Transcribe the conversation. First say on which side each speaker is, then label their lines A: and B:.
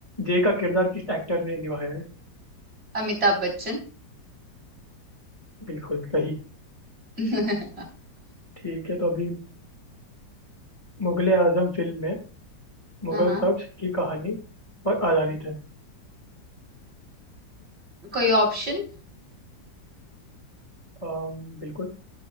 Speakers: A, on the left; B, on the right.
A: जय का किरदार किस एक्टर ने निभाया है
B: अमिताभ बच्चन
A: बिल्कुल सही
B: <laughs>
A: ठीक है तो अभी मुगले आजम फिल्म में मुगल
B: हाँ हाँ
A: शख्स की कहानी पर आधारित है
B: कोई ऑप्शन
A: अम, बिल्कुल